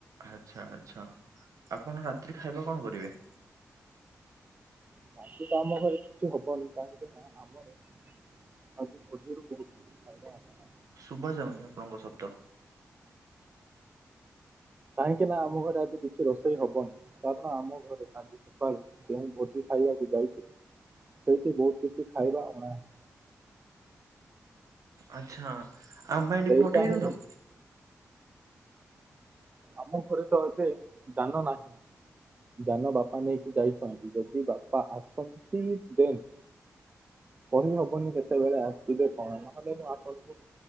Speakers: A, on the right (about 75°); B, on the right (about 30°).
A: ଆଚ୍ଛା ଆଚ୍ଛା ଆପଣ ରାତିରେ ଖାଇବା କଣ କରିବେ?
B: ବାକି ତ ଆମ ଘରେ କିଛି ହବନି କାହିଁକି ନା ଆମର, ଆଜି ଭୋଜି ରୁ ବହୁତ ଫାଇଦା ହେଲା।
A: ଶୁଭା ଯାଉନି ଆପଣଙ୍କ ଶବ୍ଦ
B: କାହିଁକି ନା ଆମ ଘରେ ଆଜି କିଛି ରୋଷେଇ ହବନି। କାରଣ ଆମ ଘରେ ଆଜି, ସକାଳେ ଯେଉଁ ଭୋଜି ଖାଇବାକୁ ଯାଇଥିଲେ ସେଇଠି ବହୁତ କିଛି ଖାଇବା ଅଣା <unintelligible>
A: ଆଚ୍ଛା, ଆମ ପାଇଁ ଟିକେ
B: ସେଇଟା
A: ପଠେଇ ଦିଅନ୍ତୁ।
B: ହିଁ ଆମ ଘରେ ତ ଏବେ ଜାନ ନାହିଁ। ଯାନ ବାପା ନେଇକି ଯାଇଛନ୍ତି। ଯଦି ବାପା ଆସନ୍ତି ଦେନ୍, କହି ହବନି କେତେବେଳେ ଆସିବେ କଣ, ନହେଲେ ମୁୁ ଆସନ୍ତୁ।